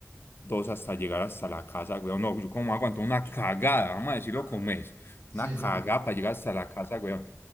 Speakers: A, on the left; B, on the right.
A: todos hasta llegar hasta la casa, weón. No, yo como aguanto una cagada, vamos a decirlo
B: Ah,
A: como es.
B: Sí,
A: Una cagada
B: sí, sí.
A: para llegar hasta la casa, weón.